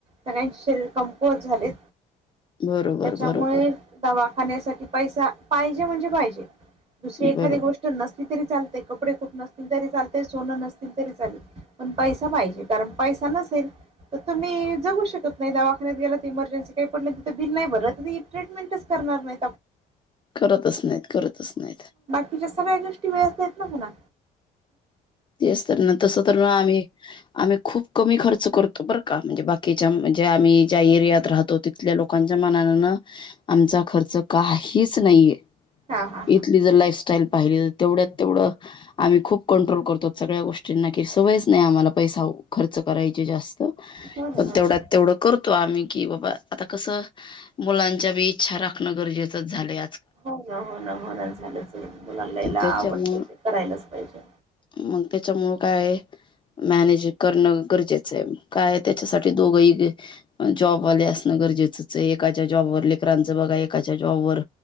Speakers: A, on the right; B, on the left.
A: सगळ्यांचे शरीर कमकुवज झाले.
B: बरोबर
A: त्याच्यामुळे
B: बरोबर
A: दवाखान्यासाठी पैसा पाहिजे म्हणजे पाहिजे. दुसरी
B: बरोबर
A: एखादी गोष्ट नसली तरी चालतेय, कपडे खूप नसतील तरी चालतय, सोनं नसतील तरी चालेल पण पैसा पाहिजे कारण पैसा नसेल तर तुम्ही जगू शकत नाही. दवाखान्यात गेला तर इमर्जन्सी काही पडलं तिथं बिल नाही भरत ट्रीटमेंटच करणार नाही
B: करतच नाहीत करतच नाहीत.
A: तुमच्या सगळ्या गोष्टी वेळेत आहेत ना म्हणा
B: तेच तर ना तस तर आम्ही आम्ही खूप कमी खर्च करतो बरं का म्हणजे बाकीच्या म्हणजे आम्ही ज्या एरियात राहतो तिथल्या लोकांच्या मनान आमचा खर्च काहीच नाहीये
A: हा हा
B: इथली जर लाईफस्टाईल पाहिली तेवढ्यात तेवढं आम्ही खूप कंट्रोल करत सगळ्या गोष्टींना की सवयच नाही आम्हाला पैसा खर्च करायचे जास्त
A: हो ना
B: पण
A: हो
B: तेवढ्या तेवढं करतो आम्ही की बाबा आता कसं मुलांच्या बी इच्छा राखणं गरजेचं च झालाय
A: हो ना हो ना मणा झालंच मुलालायला
B: त्याच्यामुळ
A: आवडत ते करायलाच पाहिजे.
B: मग त्याच्यामुळे काय आहे मॅनेज करणं गरजेचं आहे काय त्याच्यासाठी दोघही जॉबवाले असणं गरजेचंच आहे एकाच्या जॉबवर लेकरांचं बघा एकाच्या जॉबवर